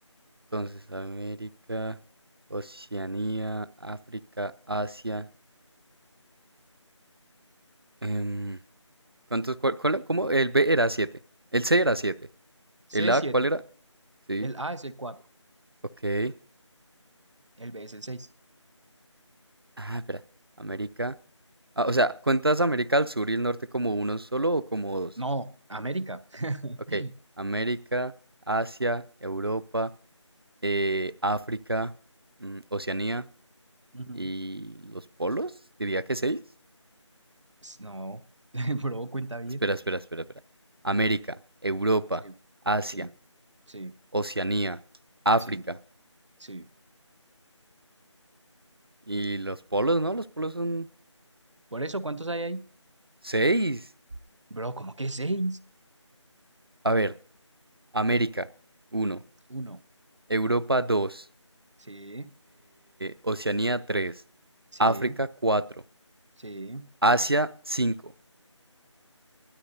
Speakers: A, on the right; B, on the right.
A: entonces América, Oceanía, África, Asia. Em, ¿cuántos, cuál, cuál- cómo? El B era siete, El C era siete,
B: C,
A: El A,
B: 7.
A: ¿cuál era? Sí,
B: El A es el 4,
A: ok.
B: el B es el seis.
A: Ah, espera. América. Ah, o sea, ¿cuentas América al sur y el norte como uno solo o como dos?
B: No, América.
A: Ok.
B: <laughs>
A: América, Asia, Europa, eh, África, mm, Oceanía
B: Ujú.
A: y los polos. Diría que seis.
B: S- No, <laughs> bro, cuenta bien.
A: Espera, espera, espera, espera. América, Europa,
B: Sí,
A: Asia,
B: sí, sí,
A: Oceanía, África
B: sí, sí.
A: y los polos, ¿no? Los polos son
B: Por eso, ¿cuántos hay ahí?
A: Seis.
B: Bro, ¿cómo que seis?
A: A ver, América, uno
B: Uno.
A: Europa, 2.
B: Sí,
A: Oceanía, tres
B: sí,
A: África, cuatro
B: sí.
A: Asia, 5.